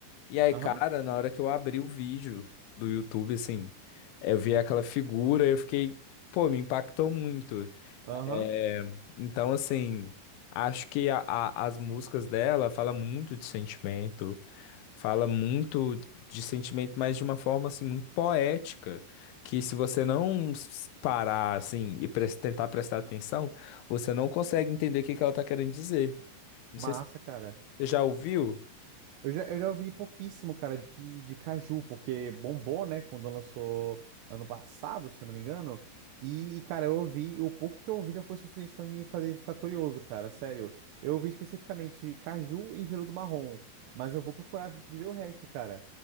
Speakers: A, on the left; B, on the right.
A: E aí,
B: aham,
A: cara, na hora que eu abri o vídeo do YouTube, assim, é, eu vi aquela figura, eu fiquei, pô, me impactou muito.
B: aham.
A: É, então, assim, acho que a- a- as músicas dela falam muito de sentimento, fala muito de sentimento, mas de uma forma, assim, muito poética, que se você não s- parar, assim, e pres- tentar prestar atenção, você não consegue entender o que que ela tá querendo dizer. Não
B: Massa,
A: sei se
B: cara.
A: você já ouviu?
B: Eu já, eu já ouvi pouquíssimo, cara, de, de Caju, porque bombou, né, quando lançou ano passado, se eu não me engano. E, e, cara, eu ouvi, o pouco que eu ouvi já foi suficiente pra me fazer ficar curioso, cara, sério. Eu ouvi especificamente Caju e Veludo Marrom, mas eu vou procurar de ver o resto, cara.